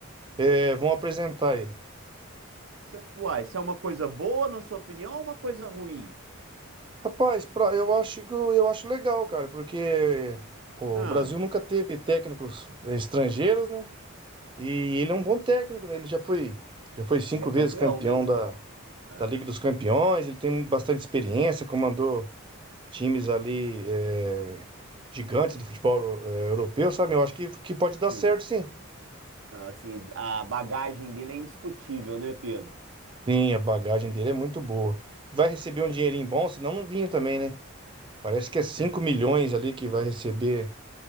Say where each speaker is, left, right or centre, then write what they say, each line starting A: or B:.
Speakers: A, on the right; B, on the right.
A: é, vão apresentar ele.
B: Você, uai, isso é uma coisa boa, na sua opinião, ou uma coisa ruim?
A: Rapaz, pra- eu acho que eu, eu acho legal, cara, porque o
B: Ah,
A: Brasil nunca teve técnicos é, estrangeiros, né? E ele é um bom técnico, né? Ele já foi, já foi cinco
B: ele é campeão,
A: vezes campeão
B: né?
A: da,
B: É.
A: da Liga dos Campeões, ele tem bastante experiência, comandou times ali é, gigantes do futebol é, europeu, sabe? Eu acho que, que pode dar
B: Sim.
A: certo, sim.
B: Então, assim, a bagagem dele é indiscutível, né, Pedro?
A: Sim, a bagagem dele é muito boa. E vai receber um dinheirinho bom, senão não vinha também, né? Parece que é 5
B: Cês-
A: milhões ali que vai receber